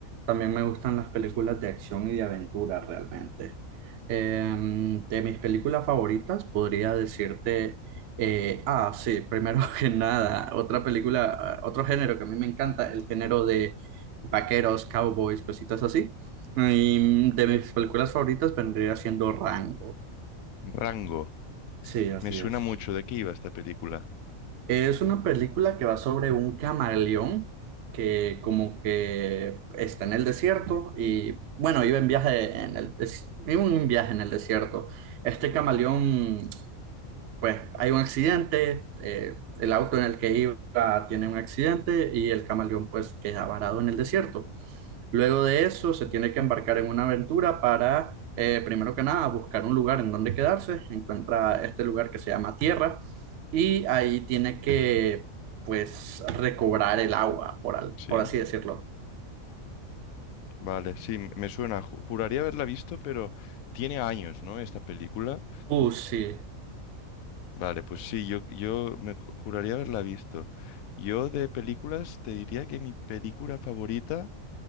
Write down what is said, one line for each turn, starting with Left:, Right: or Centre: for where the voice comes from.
Right: También me gustan las películas de acción y de aventura realmente. Em, de mis películas favoritas podría decirte, eh, ah, sí, primero <laughs> que nada, otra película, ah, otro género que a mí me encanta, el género de vaqueros, cowboys, cositas así. Y mm, de mis películas favoritas vendría siendo Rango.
Left: Rango.
Right: Sí, así
Left: Me suena
Right: es.
Left: mucho de qué iba esta película.
Right: Es una película que va sobre un camaleón que como que está en el desierto y bueno, iba en viaje en el des- iba en un viaje en el desierto. Este camaleón pues hay un accidente, eh, el auto en el que iba tiene un accidente y el camaleón pues queda varado en el desierto. Luego de eso se tiene que embarcar en una aventura para, eh, primero que nada, buscar un lugar en donde quedarse. Encuentra este lugar que se llama Tierra y ahí tiene que pues recobrar el agua, por, al-
Left: Sí,
Right: por así decirlo.
Left: vale, sí, m- me suena. Ju- Juraría haberla visto, pero tiene años, ¿no? Esta película.
Right: Uh, sí.
Left: Vale, pues sí, yo, yo me ju- juraría haberla visto. Yo de películas te diría que mi película favorita.